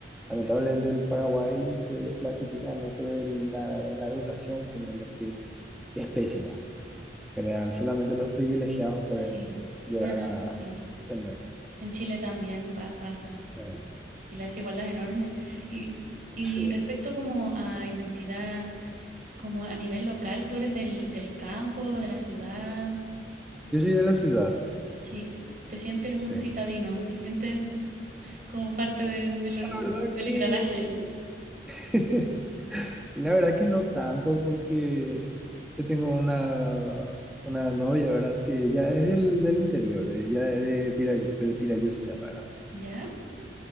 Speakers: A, in the centre; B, on the right.
A: lamentablemente el Paraguay se clasifica en eso de la, la educación, ponerle que es pésima. En general, solamente los privilegiados pueden
B: Sí.
A: llegar
B: Bueno,
A: a
B: sí.
A: tener.
B: En Chile también pa- pasa.
A: Ah,
B: Sí, la desigualdad es enorme. Y, y
A: sí.
B: respecto como a identidad, como a nivel local, tú eres del, del campo, de la ciudad.
A: Yo soy de la ciudad,
B: Sí, te sientes un
A: sí.
B: citadino,
A: La
B: te sientes como parte de- de lo-
A: verdad
B: del
A: que
B: engranaje.
A: <laughs> Y la verdad que no tanto porque yo tengo una, una novia, ¿verdad? Que ella es del, del interior, ella es de Pirayu, de Pirayú se llama, ¿verdad?
B: ¿Ya?